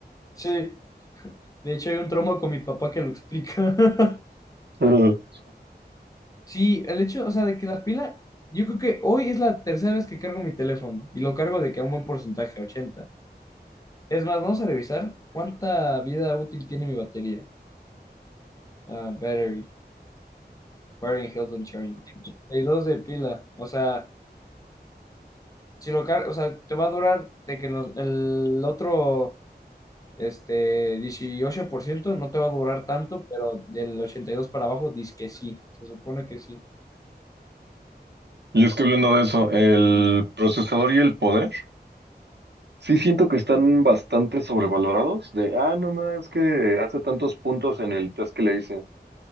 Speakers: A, on the left (about 20°); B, on the right (about 80°).
A: Sí, de hecho hay un trauma con mi papá que lo explica. <laughs>
B: <laughs>
A: Sí, el hecho, o sea, de que la pila, yo creo que hoy es la tercera vez que cargo mi teléfono, y lo cargo de que a un buen porcentaje, ochenta Es más, vamos a revisar cuánta vida útil tiene mi batería. Ah, battery, battery health and charging. ochenta y dos de pila, o sea... Si lo car- o sea, te va a durar de que los- el otro este, dieciocho por ciento no te va a durar tanto, pero del 82 para abajo dice que sí, se supone que sí.
B: Y es que hablando de eso, el procesador y el poder, sí siento que están bastante sobrevalorados. De, ah, no más, es que hace tantos puntos en el test que le hice.